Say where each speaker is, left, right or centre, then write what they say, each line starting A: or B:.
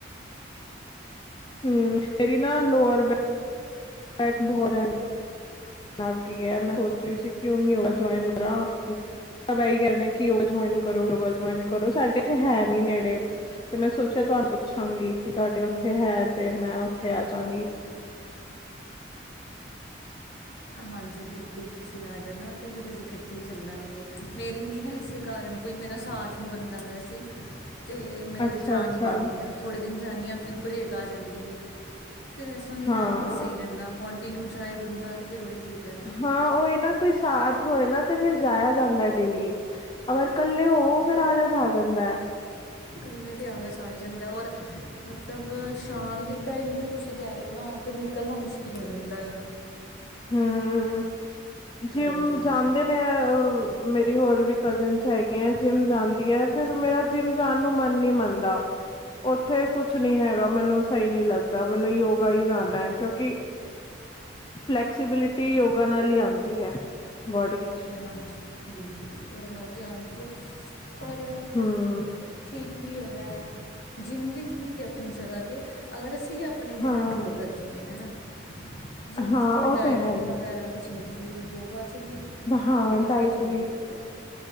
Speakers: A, on the left (about 25°); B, on the left (about 55°).
A: ਹੂੰ ਮੇਰੀ ਨਾ ਲੋਅਰ ਬੈ ਬੈਕ ਬਹੁ ਰਹਿਣ ਲੱਗ ਗਈ ਏ ਮੈਂ ਸੋਚ ਰਹੀ ਸੀ ਕਿ ਹੁਣ ਯੋਗਾ ਜੁਆਇਨ ਕਰਾਂ। ਸਬ ਇਹੀ ਕਹਿੰਦੇ ਕਿ ਯੋਗਾ ਜੁਆਇਨ ਕਰੋ- ਯੋਗਾ ਜੁਆਇਨ ਕਰੋ ਸਾਡੇ ਤੇ ਹੈ ਨੀ ਨੇੜੇ ਤੇ ਮੈਂ ਸੋਚਿਆ ਤੁਹਾਨੂੰ ਪੁੱਛਾਂਗੀ ਕਿ ਤੁਹਾਡੇ ਉੱਥੇ ਹੈ ਤੇ ਮੈਂ ਉੱਥੇ ਆ ਜਾਂਗੀ।
B: ਹਾਂਜੀ, ਬਿਲਕੁਲ ਤੁਸੀਂ ਆ ਜਾਣਾ ਤੇ ਫਿਰ ਅਸੀਂ ਇਕੱਠੇ ਹੀ ਚੱਲਾਂਗੇ। ਮੇਰੀ ਵੀ ਨਾ। ਇਸੇ ਕਾਰਨ ਕੋਈ ਮੇਰਾ ਸਾਥ ਨਹੀਂ ਬਣਦਾ ਪਿਆ ਸੀ ਤੇ ਮੇਰੇ
A: ਅੱਛਾ
B: ਜਾ
A: ਅੱਛਾ
B: ਨਹੀਂ ਪਾਂਦੀ ਪਈ ਆ। ਥੋੜ੍ਹੇ ਦਿਨ ਜਾਂਦੀ ਹਾਂ ਫਿਰ ਬਰੇਕ ਆ ਜਾਂਦੀ ਏ ਫਿਰ ਇਸ ਤਰ੍ਹਾਂ ਦੀ
A: ਹਾਂ
B: ਨਾ ਸਹੀ ਰਹਿੰਦਾ। ਕੋਂਟੀਨਿਊ ਜਾਏ ਬੰਦਾ ਤੇ ਫਿਰ ਓ ਈ ਠੀਕ ਰਹਿੰਦਾ
A: ਹਾਂ ਉਹੀ ਨਾ ਕੋਈ ਸਾਥ ਹੋਏ ਤੇ ਨਾ ਫਿਰ ਜਾਇਆ ਜਾਂਦਾ ਡੇਲੀ ਅਗਰ ਇਕੱਲੇ ਹੋ ਫਿਰ ਆਲਸ ਆ ਜਾਂਦਾ।
B: ਕੱਲੇ ਤੇ ਆਲਸ ਆਈ ਜਾਂਦਾ ਔਰ ਮਤਲਬ ਸ਼ਾਮ ਦੇ ਟਾਈਮ ਤੇ ਤੁਸੀਂ ਕਹਿ ਲਓ ਨਾ ਫਿਰ ਨਿਕਲਣਾ ਮੁਸ਼ਕਿਲ ਹੋ ਜਾਂਦਾ ਏ।
A: ਹੂੰ ਜਿਮ
B: ਘਰੋਂ ਦੀ
A: ਜਾਂਦੇ ਨੇ ਅ। ਮੇਰੀ ਹੋਰ ਵੀ ਕਜ਼ਨਸ ਹੈਗੇ ਹੈ ਜਿੰਮ ਜਾਂਦੀ ਹੈ ਫਿਰ ਮੇਰਾ ਜਿੰਮ ਜਾਣ ਨੂੰ ਮਨ ਨੀ ਮੰਨਦਾ। ਉੱਥੇ ਕੁਛ ਨੀ ਹੈਗਾ ਮੈਨੂੰ ਸਹੀ ਨੀ ਲੱਗਦਾ ਮੈਨੂੰ ਯੋਗਾ ਹੀ ਜਾਨਾ ਹੈ ਕਿਉਂਕਿ ਫਲੈਕਸੀਬਿਲਿਟੀ ਯੋਗਾ ਨਾਲ ਈ ਆਂਦੀ ਹੈ ਬੋਡੀ 'ਚ
B: ਹਾਂਜੀ ਬਿਲਕੁਲ ਉਹਰ ਨੂੰ ਉਹ ਤਾਂ ਆਂਦੀ ਹੈ ਪਰ
A: ਹਮ
B: ਠੀਕ ਵੀ ਹੈਗਾ ਜਿੰਮ ਵੀ ਠੀਕ ਹੈ ਆਪਣੀ ਜਗ੍ਹਾ 'ਤੇ ਅਗਰ ਅਸੀਂ ਤੀ ਆਪਣੇ
A: ਹਾਂ
B: ਕੰਟਰੋਲ ਰੱਖੀਏ ਹੈਨਾ। ਜਿੰਮ
A: ਹਾਂ
B: 'ਚ ਥੋੜ੍ਹੀ
A: ਉਹ
B: ਡਾਇਟਿੰਗ
A: ਤੇ ਹੈ ਹੀ
B: ਵਗੈਰਾ ਵੀ ਚੱਲਦੀ ਹੈ ਯੋਗਾ 'ਚ ਵੀ
A: ਹਾਂ
B: ਯੋਗਾ
A: ਡਾਇਟ
B: 'ਚ ਵੀ ਚੱਲਦੀ ਹੈ ਤੇ